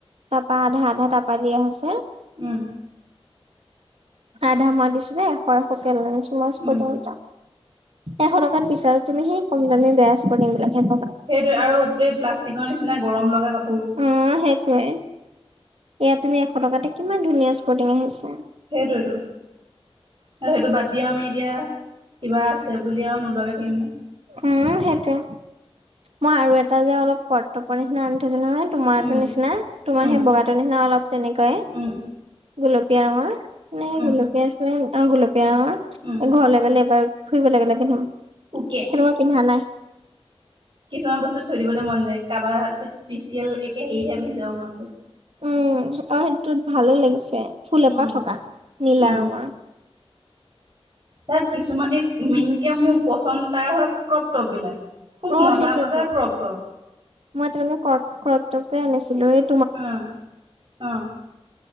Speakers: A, on the right; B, on the right.
A: তাৰপা আধা আধা তাৰপা দিয়া হৈছে।
B: উম।
A: আধা মই দিছোঁ দেই, এশ এশকে লৈ আনিছোঁ স্পৰ্টিং
B: উম,
A: কেইটা। এশ টকাত বিচাৰো তুমি সে কম দামে বেয়া স্পৰ্টিং বিলাকহে পাবা
B: এইটো আৰু এই প্লাষ্টিকৰ নিচিনা গৰম লগা কাপ
A: অ সেইটয়ে এয়া তুমি এশ টকাতে কিমান ধুনীয়া স্কুটিং আহিছা
B: সেইটো এইটো আৰু সেইটো বাদ দিওঁ আমি এতিয়া কিবা আছে বুলি আৰু নোলোৱাকৈ থাকিম নে
A: উম সেইটোৱে মই আৰু এটা যে অলপ কৰ্তপ নিচিনা আনি থৈছো নহয় তোমাৰো
B: উম,
A: নিচিনা তোমাৰ
B: উম,
A: সেই বগাৰ নিচিনা অলপ তেনেকুৱয়ে
B: উম,
A: গলপীয়া ৰঙৰ ন
B: উম,
A: গলপীয়া আ অ গলপীয়া ন
B: উম,
A: ঘৰলৈ গ'লে এবাৰ ফুৰিবলৈ গলে পিন্ধিম
B: কে
A: কিয় পিন্ধা নাই
B: কিছুমান বস্তু থৈ দিবলৈ মন যায় কাৰোবাৰ স্পেচিয়েল একে হেৰিহে পিন্ধাব মন যায়
A: উম অ সেইটোত ভালো লাগিছে ফুল এপাহ
B: উম।
A: থকা নীলা
B: উম,
A: ৰঙৰ
B: তাত কিছুমান এই মেইনকে মোৰ পচন্দ তাৰ হ ক্ৰপটপ বিলাক খুব
A: অ
B: মজা
A: সেইটোয়েতো
B: মজা ক্ৰপ টপ
A: মই তেনেকে কৰ কৰটকে আনিছিলো সেই
B: অ অ